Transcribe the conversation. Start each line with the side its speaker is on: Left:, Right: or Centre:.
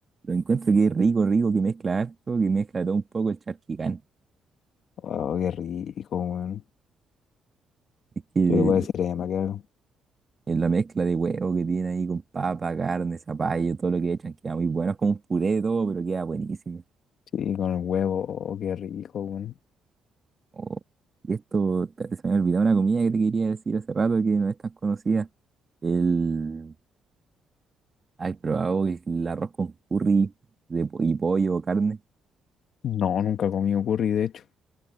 Right: Lo encuentro que es rico, rico, que mezcla harto, que mezcla de todo un poco el charquicán.
Left: Oh, qué rico, weón.
Right: Es que
Left: Yo le voy a decir a mi mamá que haga.
Right: es la mezcla de huevo que tiene ahí con papa, carne, zapallo, todo lo que echan, queda muy bueno. Es como un puré de todo, pero queda buenísimo.
Left: Sí, con el huevo, oh, qué rico, weón.
Right: Oh, Y esto, espérate, se me olvidó una comida que te quería decir hace rato que no es tan conocida. El, ¿has probado el arroz con curry de, po- y pollo o carne?
Left: No, nunca he comido curry, de hecho.